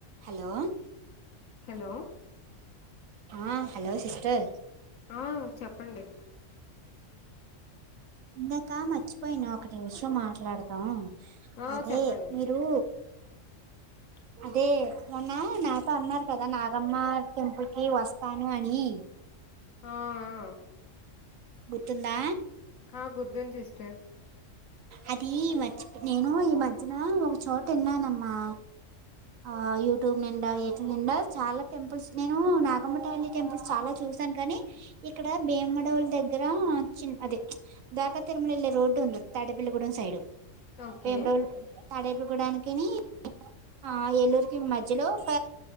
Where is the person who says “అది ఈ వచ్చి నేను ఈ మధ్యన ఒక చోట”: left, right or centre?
Right